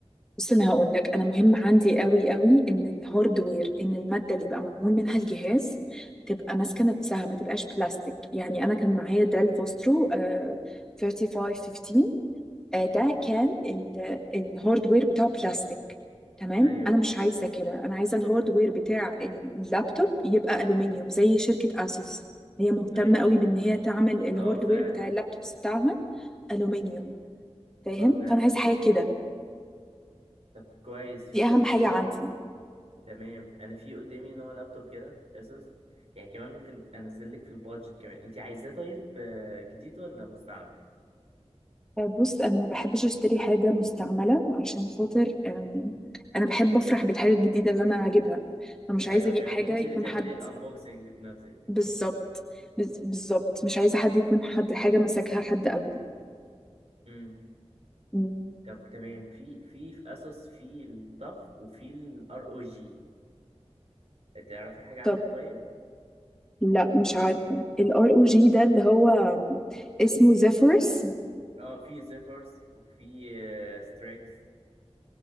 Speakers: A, in the centre; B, on the right.
A: بس انا هقول لك انا مهم عندي قوي قوي ان الهاردوير ان الماده اللي بقى معمول منها الجهاز تبقى ماسكه نفسها ما تبقاش بلاستيك يعني انا كان معايا ديل فوسترو آه، 3515 آه، ده كان ال- الهاردوير بتاعه بلاستيك تمام
B: ايوه
A: انا مش عايزه كده انا عايزه الهاردوير بتاع اللابتوب يبقى الومنيوم زي شركه اسوس هي مهتمه
B: ايوه
A: قوي بان هي تعمل الهاردوير
B: اه فعلا
A: بتاع اللابتوبس بتاعها الومنيوم فاهم
B: اه فعلا
A: فانا عايزه حاجه كده
B: طب كويس في
A: دي اهم
B: قدامي
A: حاجه عندي
B: تمام انا في قدامي نوع لابتوب كده اسوس يعني كمان ممكن انزل لك في البادجت كمان انت عايزاه طيب آه، جديد ولا مستعمل
A: بص انا ما بحبش اشتري حاجه مستعمله عشان خاطر آم، انا بحب افرح بالحاجه الجديده اللي انا هجيبها فمش عايزه
B: ايوه
A: اجيب
B: تعمل
A: حاجه
B: انت
A: يكون
B: اللي تعملي
A: حد
B: الانبوكسنج بنفسك
A: بالظبط بز- بالظبط مش عايزه حد يكون حد حاجه مسكها حد قبلي
B: امم
A: مم.
B: طب تمام في في في اسوس في الطف وفي الار او جي تعرفي حاجه
A: طب
B: عنهم طيب
A: لا مش عارفه الار او جي ده اللي هو آم، اسمه زيفيرس
B: اه في زيفرز وفي ستريكس